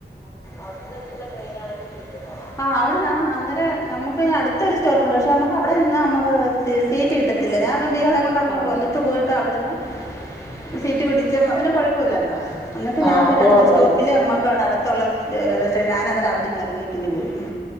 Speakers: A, on the left; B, in the centre.
A: അവിടുന്ന് എടുക്കുന്ന ട്രെയിൻ ആണെങ്കിൽ സീറ്റുണ്ടാകും ആഹ് അവിടുന്ന് ആ അന്നേരം ഞമുക്ക് അടുത്ത ഒരു സ്റ്റോപ്പുണ്ട് പക്ഷെ നമുക്ക് അവിടെ നിന്നാ അമ്മക്ക് സീറ്റ് കിട്ടത്തില്ല ഞാൻ അതോണ്ട് ഇയാളെ കൊണ്ടങ്ങ്
B: ആഹ്
A: കൊല്ലത്ത് ത്ത് പോയിട്ട് അവിടുന്ന് സീറ്റ് പിടിച്ച പിന്നെ കൊഴപ്പൊല്ലല്ലോ എന്നിട്ട്
B: ആഹ്
A: ഞാൻ പിന്നെ
B: അപ്പൊ
A: അടുത്ത
B: കൊഴപ്പല്ല
A: സ്റ്റോപ്പില് അമ്മക്കവിടെ അടുത്തുള്ള റേയിൽവെ സ്റ്റേഷൻ ഞാനന്നേരം അവിടിന്നറങ്ങിട്ടിങ്ങ് പോരും